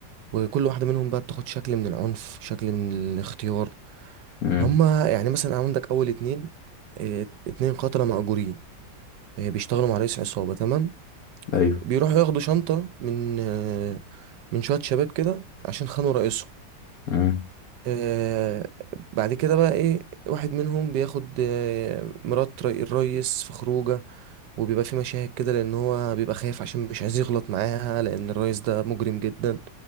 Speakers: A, on the right; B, on the left.
A: وكل واحده منهم بقى بتاخد شكل من العنف شكل من الاختيار
B: امم
A: هم يعني مثلا عندك اول اتنين آه، اتنين قتله مأجورين آه، بيشتغلوا مع رئيس عصابه تمام
B: ايوه
A: بيروحوا ياخدوا شنطه من آه، من شويه شباب كده عشان خانوا رئيسهم
B: امم
A: آه بعد كده بقى ايه واحد منهم بياخد آه مرات ري- الريس في خروجه وبيبقى في مشاهد كده لان هو بيبقى خايف عشان مش عايز يغلط معاها لان الريس ده مجرم جدا